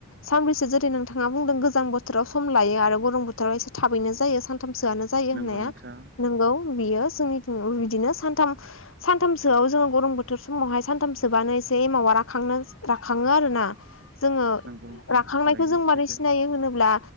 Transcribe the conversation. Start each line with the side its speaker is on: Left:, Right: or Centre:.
Left: सानब्रैसो जेरै नोंथाङा बुंदों गोजां बोथोराव सम लायो आरो गरम बोथोर बोथोराव एसे थाबैनो जायो सानथामसोआनो जायो
Right: नंगौ
Left: होननाया
Right: नोंथां
Left: नोंगौ बियो जोंनि बिदिनो सानथाम सानथामसोआव जोङो गरम बोथोर समावहाय सानथामसोबानो एसे एमावा राखांनो राखङो आरोोना जोङो
Right: नंगौ नोंथां
Left: राखांनायखौ
Right: थारैनो
Left: जों
Right: सैथो
Left: मारै सिनायो होनोब्ला